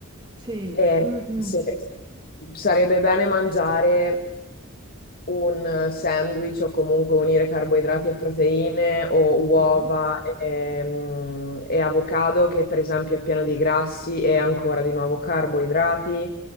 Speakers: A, on the right; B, on the left.
A: Sì,
B: E
A: mm, mm.
B: se- sarebbe bene mangiare un sandwich o comunque unire carboidrati e proteine o uova
A: Sì,
B: e, mm, e avocado, che per esempio è pieno di grassi e ancora di nuovo carboidrati.